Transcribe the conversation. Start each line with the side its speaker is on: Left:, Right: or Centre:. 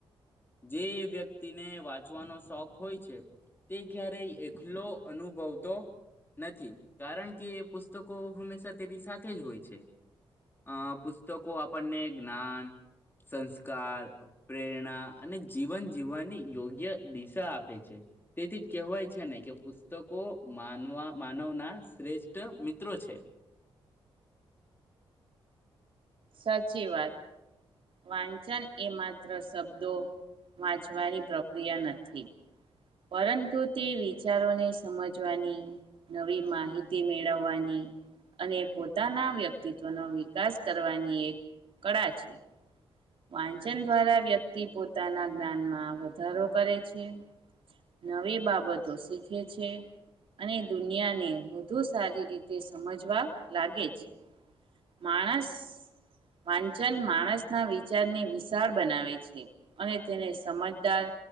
Left: જે વ્યક્તિને વાંચવાનો શોખ હોય છે તે ક્યારેય એકલો અનુભવતો નથી કારણ કે પુસ્તકો હંમેશા તેની સાથે જ હોય છે અ પુસ્તકો આપણને જ્ઞાન સંસ્કાર પ્રેરણા અને જીવન જીવવાની યોગ્ય દિશા આપે છે તેથી જ કહેવાય છે ને કે પુસ્તકો માનવા માનવના શ્રેષ્ઠ મિત્રો છે
Right: સાચી વાત વાંચન એ માત્ર શબ્દો વાંચવાની પ્રક્રિયા નથી પરંતુ તે વિચારોને સમજવાની નવી માહિતી મેળવવાની અને પોતાના વ્યક્તિત્વનો વિકાસ કરવાની એક કળા છે વાંચન દ્વારા વ્યક્તિ પોતાના જ્ઞાનમાં વધારો કરે છે નવી બાબતો શીખે છે અને દુનિયાને વધુ સારી રીતે સમજવા લાગે છે માણસ વાંચન માણસના વિ વિચારને વિશાળ બનાવે છે અને તેને સમજદાર